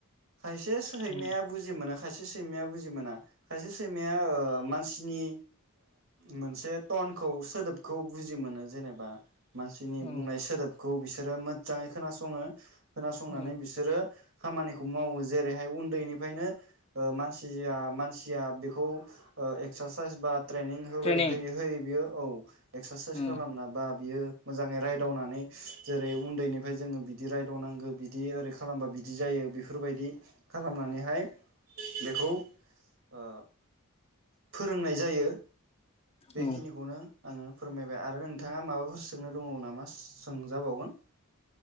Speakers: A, on the right; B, on the left.
A: खायसे सैमाया
B: औ
A: बुजि मोनो खायसे सैमाया बुजि मोना खायसे <unintelligible> सैमाया ओ मानसिनि मोनसे टनखौ सोदोबखौ बुजि मोनो जेनेबा मानसिनि
B: औ
A: बुंनाय सोदोबखौ <unintelligible> बिसोरो मोजाङै खोनासङो खोनासंनानै
B: औ
A: बिसोरो खामानिखौ मावो जेरैहाय उन्दैनिफायनो ओ मानसिया - मानसिया बे <unintelligible> ओ एक्सारसाइस बा ट्रेनिं होबाय
B: ट्रेनिं
A: होयै होयै बियो औ। एक्सारसाइस
B: औ
A: खालामना बा बियो मोजाङै रायदावनानै जेरै उन्दैनिफ्राय जोङो बि दि रायदावनांगौ बिदि ओरै खालामबा बिदि जायो बेफोरबायदि खालामनानैहाय बेखौ ओ फोरोंनाय जायो बेखिनिखौनो
B: औ
A: आंङो फोरमायबाय आरो नोंथाङा माबाफोर सोंनो दङ नामा सोंजाबावगोन?